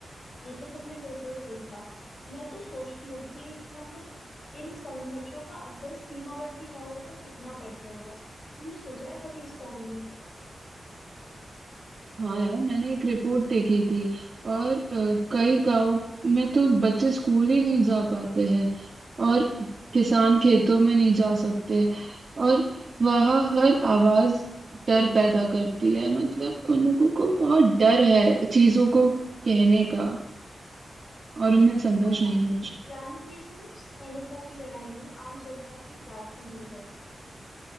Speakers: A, on the left; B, on the right.
A: ये तो तुमने बिल्कुल सही कहा मैं तो सोचती हूँ कि मतलब इन संघर्षों का असर सीमावर्ती गांवों पर कितना पड़ता होगा तुमने सोचा है कभी इस बारे में
B: हाँ यार मैंने एक रिपोर्ट देखी थी और अ, कई गांव में तो बच्चे स्कूल ही नहीं जा पाते हैं और किसान खेतों में नहीं जा सकते और वहाँ हर आवाज डर पैदा करती है मतलब उन लोगों को बहुत डर है चीजों को कहने का और उनमें संघर्ष
A: हाँ
B: नहीं है
A: यानी ये सिर्फ सैनिकों की लड़ाई नहीं आम जनता की त्रासदी भी है